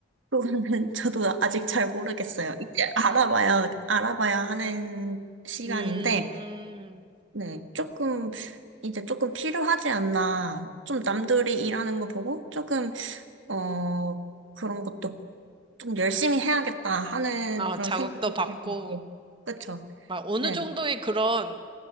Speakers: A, on the right; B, on the right.
A: 그거는 <laughs> 저도 아직 잘 모르겠어요. 이제 알아봐야, 알아봐야 하는 시간인데,
B: 음,
A: 네. 조금, 이제 조금 필요하지 않나. 좀 남들이 일하는 거 보고, 조금, 어, 그런 것도 좀 열심히 해야겠다 하는
B: 아,
A: 그런
B: 자극도
A: 생각도
B: 받고,
A: 들고, 그쵸.
B: 막 어느
A: 네.
B: 정도의 그런,